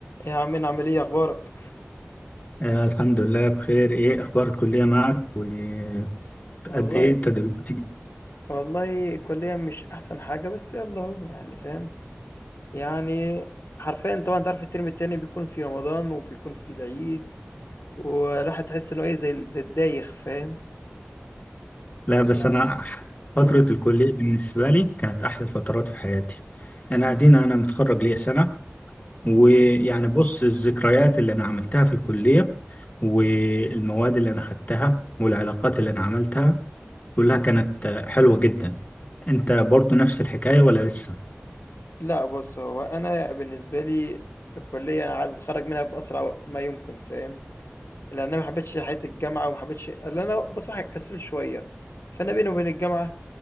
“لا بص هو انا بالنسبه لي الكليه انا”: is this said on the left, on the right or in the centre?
Left